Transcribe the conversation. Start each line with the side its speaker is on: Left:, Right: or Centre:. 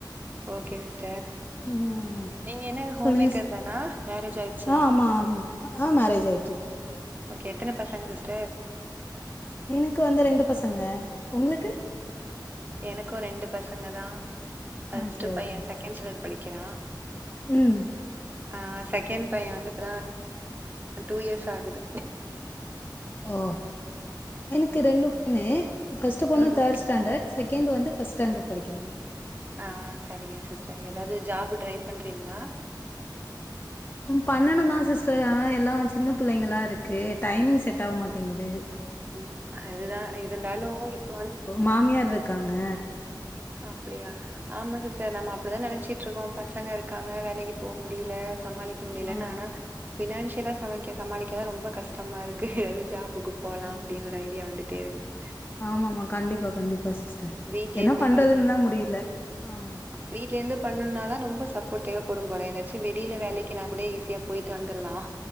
Right: ஓகே சிஸ்டர்
Left: ம்
Right: நீங்க என்ன ஹோம்
Left: சொல்லுங்க
Right: மேக்கர்
Left: சிஸ்
Right: தானா மேரேஜ் ஆயிட்ச்சு
Left: ஆ
Right: தான
Left: ஆமா ஆமா ஆ மேரேஜ் ஆயிட்டு
Right: ஓகே எத்தன பசங்க சிஸ்டர்
Left: எனக்கு வந்து ரெண்டு பசங்க ஒங்ளுக்கு
Right: எனக்கு ரெண்டு பசங்க தா ஃபர்ஸ்ட்டு
Left: ஓகே
Right: பைய
Left: ஓகே
Right: செக்கேண்ட்
Left: சிஸ்
Right: ஸ்டாண்டர்ட் படிக்கிறா
Left: ம்
Right: ஆ செக்கேண்ட் பைய வந்து இப்பதா டூ இயர்ஸ் ஆகுது
Left: ஓ எனுக்கு ரெண்டு பண்ணு ஃபர்ஸ்ட்டு பொண்ணு
Right: ம்
Left: தேடு ஸ்டேண்டர் செக்கேண்ட் வந்து ஃபஸ் ஸாண்டர் பக்கிறாங்க
Right: அ சரிங்க சிஸ்டர் எதாது ஜாபுு ட்ரை பண்றீங்ளா
Left: பண்ணணுதா சிஸ்டர் ஆனா எல்லா சின்ன புள்ளைங்ளா இருக்கு டைமிங் செட் ஆவ்மாட்டேங்குது
Right: ஆமா அதுதா இருந்தாலு இப்ப வந்
Left: மாமியார்ருக்காங்க
Right: அப்புடியா ஆமா சிஸ்டர் நம்ம அப்படிதா நெனச்சிட்ருக்கோ பசங்க இருக்காங்க வேலைக்கு போ முடிய்ல சமாளிக் முடிய்லன்
Left: ஆமா.
Right: ஆனா பபினான்ஷியலா சமைக்க சமாளிக்காதா ரொம்ப கஷ்ட்டமா இருக்கு எதாது ஜாபுக்கு போலா
Left: கண்
Right: அப்டின் ஒரு ஐடியா வந்துட்டேருக்கு
Left: ஆமாமா கண்டிப்பா கண்டிப்பா சிஸ்டர்
Right: வீட்ல
Left: என்னா
Right: இருந்து
Left: பண்றதுன்தா முடிய்ல ஆமா
Right: வீட்லேந்து பண்ணுன்னாதா ரொம்ப சப்போர்ட் தேவப்படும் போல எதாச்சு வெளில வேலைக்கினா கூட ஈஸ்யா போயிட்டு வந்துற்லா